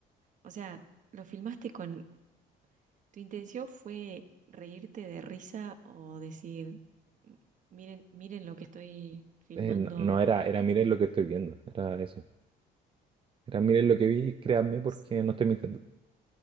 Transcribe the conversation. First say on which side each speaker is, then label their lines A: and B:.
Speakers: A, on the right (about 50°); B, on the right (about 30°).
A: o sea, lo filmaste con. ¿Tu intención fue reírte de risa o decir, miren, miren lo que estoy filmando?
B: Eh, no, no, era, era miren lo que estoy
A: eh,
B: viendo, era eso. Era miren lo que vi, créanme porque
A: O sea,
B: no estoy mintiendo.